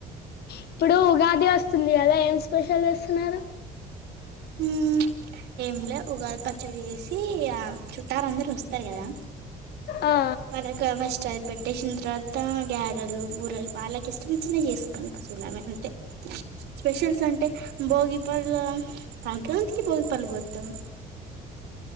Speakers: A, on the left; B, on the right.
A: ఇప్పుడు ఉగాది వస్తుంది కద ఏం స్పెషల్ చేస్తున్నారు
B: ఉమ్ ఏమిలే ఉగాది పచ్చడి వేసి ఆ చుట్టారు అందరుూ వస్త చెరు కదా
A: ఆ
B: వాళ్ళకు ఫస్ట్ అయి పెట్టేసిన తర్వాత గ్యారలు బూరలు బాలా కష్టంతున చేసుకున్నాను సినమ అంటే స్పెషల్స్ అంటే భోగి పళ్ళం సంక్రాతికి బగి పల్ వతం